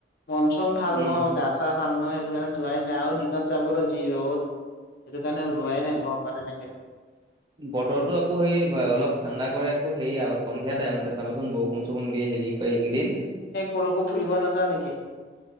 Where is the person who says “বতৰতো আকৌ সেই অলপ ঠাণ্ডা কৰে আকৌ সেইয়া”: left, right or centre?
Right